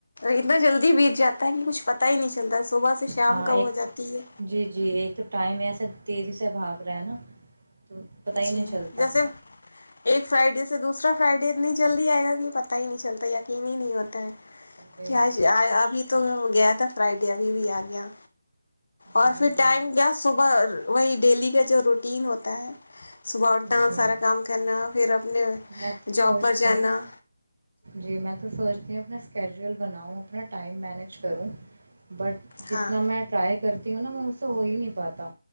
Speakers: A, on the left; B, on the right.
A: اتنا جلدی بیت جاتا پتا کہ کچھ پتا ہی نہیں چلتا ہے صبح سے شام
B: ہاں
A: کا
B: ایک
A: ہو
B: تو
A: جاتی ہے
B: جی جی ایک تو ٹائم ایسے تیزی سے بھاگ رہے ہیں ہے نا تو پتہ ہی
A: جی
B: نہیں چلتا
A: جیسے ایک سائڈ اس اس سے دوسرا فرائیڈے اتنی جلدی آئے گا کہ پتہ نہیں چلتا یقین ہی نہیں ہوتا ہے
B: جی
A: کیا ابھی تو گیا تھا فرائیڈ کٹیاب بھی آ گں اور
B: ہاں
A: پھر
B: جی
A: ٹائم کیا صبح وہی ڈیلی کا جو روٹین ہوتا ہے <unintelligible> صبح اٹھا
B: جی
A: سارا کام کرنا پھر اپنے
B: میں تو
A: جاب
B: سوچتی
A: پر جانا
B: ہوں جی میں تو سوچتی ہوں اپنا کیجوئل بناؤں اپنا ٹائم مینج کروں بٹ جتنا
A: ہاں
B: میں ٹرائی کرتی ہوں نا میں مجھ سے ہو ہی نہیں پاتا